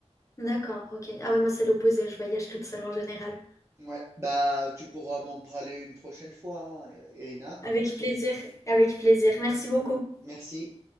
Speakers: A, on the left; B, on the right.
A: d'accord, ok. Ah ouais, moi c'est l'opposé, je voyage toute seule en général.
B: Ouais, bah tu pourras m'en parler une prochaine fois, hein, Irina.
A: Avec plaisir, avec plaisir. Merci beaucoup.
B: Merci.